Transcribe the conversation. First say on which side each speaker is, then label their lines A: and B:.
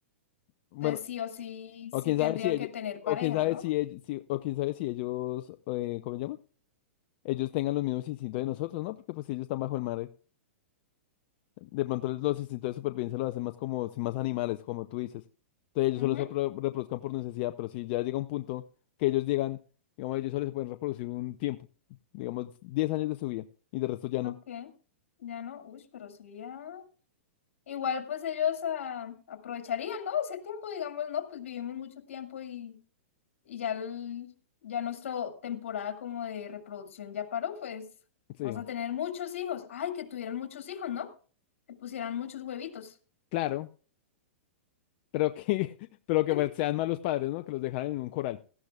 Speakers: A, on the left; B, on the left.
A: Bueno,
B: entonces sí o sí,
A: O
B: sí
A: quién
B: tendrían
A: sabe si ellos,
B: que tener pareja,
A: o quién sabe
B: ¿no?
A: si ellos, si- o quién sabe si ellos, eh, ¿cómo se llama? Ellos tengan los mismos instintos de nosotros, ¿no? Porque pues si ellos están bajo el mar, eh, de pronto les- los instintos de supervivencia lo hacen más como, sin más animales, como tú dices. Entonces ellos
B: Ujú,
A: solo se pro- reproduzcan por necesidad, pero si ya llega un punto que ellos llegan, digamos, ellos solo se pueden reproducir un tiempo, digamos, 10 años de su vida, y de resto ya no.
B: ok. Ya no, uy, pero sería. Igual pues ellos ah, aprovecharían, ¿no? Ese tiempo, digamos, ¿no? Pues vivimos mucho tiempo y, y ya, el- ya nuestra temporada como de reproducción ya paró, pues
A: Sí,
B: vamos a tener muchos hijos. Ay, que tuvieran muchos hijos, ¿no? Que pusieran muchos huevitos
A: claro, pero que, <laughs> pero que
B: <laughs>
A: pues, sean malos padres, ¿no? Que los dejaran en un coral.